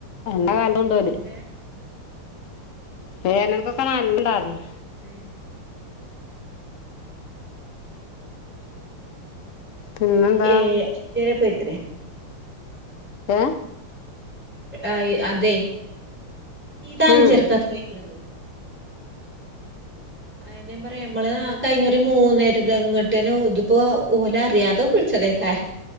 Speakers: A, on the left; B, in the centre.
A: നല്ല <unintelligible> ഓല്
B: ഏ
A: വേനൽക്കൊക്കെ നല്ലുണ്ടാർന്നു
B: ഉം
A: പിന്നെന്താ
B: ഓനെ ഏ അഞ്ചേരെ പോയി ത്രെ
A: ഏ
B: ഏഴ് അതെ ഇത് അഞ്ചരക്കാത്രെ
A: ഉം
B: പോയേക്കണത് അയിനെ പറയുമ്പള് നമ്മള് കഴിഞ്ഞ ഒരു <unintelligible> ഇതിപ്പോ ഓലറിയാതെ വിളിച്ച ടദേകരം